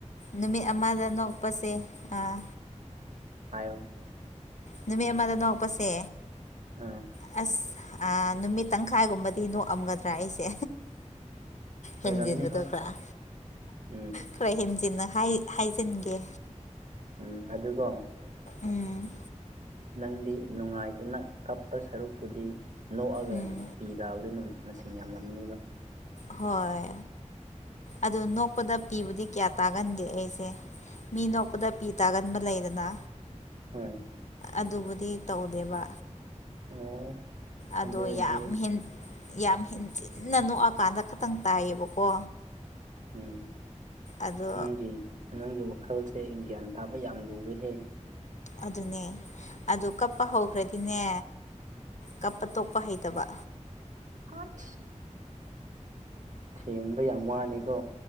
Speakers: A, on the left; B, on the right.
A: ꯅꯨꯃꯤꯠ ꯑꯃꯗ ꯅꯣꯛꯄꯁꯦ ꯑꯥ
B: ꯍꯥꯏꯌ‌ꯣ
A: ꯅꯨꯃꯤꯠ ꯑꯃꯗ ꯅꯣꯛꯄꯁꯦ
B: ꯑꯥ
A: ꯑꯁ ꯅꯨꯃꯤꯠ ꯇꯪꯈꯥꯏꯒꯨꯝꯕꯗꯤ ꯅꯣꯛꯑꯝꯒꯗ꯭ꯔꯥ ꯑꯩꯁꯦ
B: ꯑꯣꯏꯔꯝꯅꯤ
A: ꯍꯦꯟꯖꯤꯟꯕꯗꯣ
B: ꯍꯣꯏ
A: ꯈꯔ
B: ꯎꯝ
A: ꯈꯔ ꯍꯦꯟꯖꯤꯟꯅ ꯍꯥꯏꯖꯤꯟꯒꯦ
B: ꯎꯝ ꯑꯗꯨꯒꯣ
A: ꯎꯝ
B: ꯅꯪꯗꯤ ꯅꯨꯡꯉꯥꯏꯇꯅ ꯀꯞꯄ ꯁꯔꯨꯛꯄꯨꯗꯤ ꯅꯣꯛꯑꯒ
A: ꯎꯝ
B: ꯄꯤ ꯇꯕꯗꯨꯅ ꯃꯁꯤꯡ ꯌꯥꯝꯂꯝꯅꯤꯕ
A: ꯍꯣꯏ ꯑꯗꯨ ꯅꯣꯛꯄꯗ ꯄꯤꯕꯨꯗꯤ ꯀꯌꯥ ꯇꯥꯒꯟꯗꯦ ꯑꯩꯁꯦ ꯃꯤ ꯅꯣꯛꯄꯗ ꯄꯤ ꯇꯥꯒꯟꯕ ꯂꯩꯗꯅ
B: ꯍꯣꯏ
A: ꯑꯗꯨꯕꯨꯗꯤ ꯇꯧꯗꯦꯕ
B: ꯑꯣ
A: ꯑꯗꯣ
B: ꯑꯗꯨ ꯑꯣꯏꯔꯗꯤ
A: ꯌꯥꯝ ꯍ‌ꯦꯟ ꯌꯥꯝ ꯍꯤꯟꯖꯤꯟꯅ ꯅꯣꯛꯑꯀꯥꯟꯗ ꯈꯇꯪ ꯇꯥꯏꯌꯦꯕꯀꯣ
B: ꯎꯝ
A: ꯑꯗꯣ
B: ꯅꯪꯒꯤ ꯅꯪꯒꯤ ꯋꯥꯈꯥꯜꯁꯦ ꯒ꯭ꯌꯥꯟ ꯇꯥꯕ ꯌꯥꯝ ꯂꯨꯋꯦꯍꯦ
A: ꯑꯗꯨꯅꯦ ꯑꯗꯨ ꯀꯞꯄ ꯍꯧꯈ꯭ꯔꯗꯤꯅꯦ ꯀꯞꯄ ꯇꯣꯛꯄ ꯍꯩꯇ ꯇꯕ
B: ꯍꯠ ꯊ‌ꯦꯝꯕ ꯌꯥꯝ ꯋꯥꯅꯤꯀꯣ